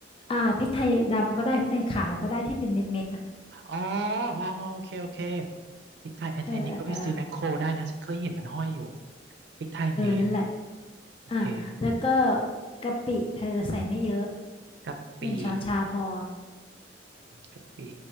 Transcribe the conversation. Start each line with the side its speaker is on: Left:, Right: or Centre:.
Left: อ่าพริกไทยดำก็ได้พริกไทยขาวก็ได้ที่เป็นเม็ดเม็ดอ่ะ
Right: อ๋ออ๋อโอเคโอเคพริกไทยอันอันนี้ก็ไปซื้อแมคโครได้นะฉันเคยเห็นมันห้อยอยู่
Left: เออเออเออ
Right: พริกไทยเม็ด
Left: นั่นแหละอ่าแล้วก็
Right: เค
Left: กะปิเธอใส่ไม่เยอะ
Right: กะปิ
Left: หนึ่งช้อนชาพอ
Right: กะปิ